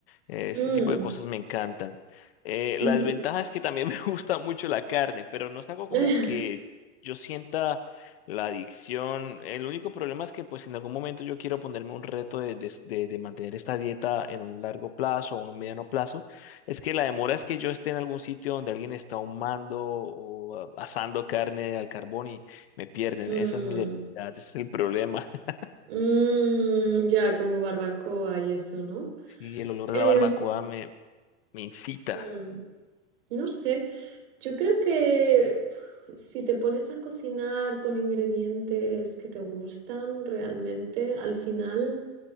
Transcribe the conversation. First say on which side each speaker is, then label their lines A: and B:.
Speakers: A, on the left; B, on the right.
A: Eh, Este
B: Mm,
A: tipo de cosas me encantan. Eh,
B: ujú.
A: la desventaja es que también <laughs> me gusta mucho la carne, pero no es algo
B: <laughs>
A: como que yo sienta la adicción. El único problema es que pues en algún momento yo quiero ponerme un reto de, de, de- de mantener esta dieta en un largo plazo o un mediano plazo. Es que la demora es que yo esté en algún sitio donde alguien está ahumando o ah, asando carne al carbón y me pierden.
B: Mm,
A: Esa es mi debilidad, ese es el problema. <laughs>
B: mm, ya, como barbacoa y eso, ¿no?
A: Sí, el olor
B: Em,
A: de la barbacoa me, me incita.
B: mm, no sé, yo creo que pf, si te pones a cocinar con ingredientes que te gustan realmente, al final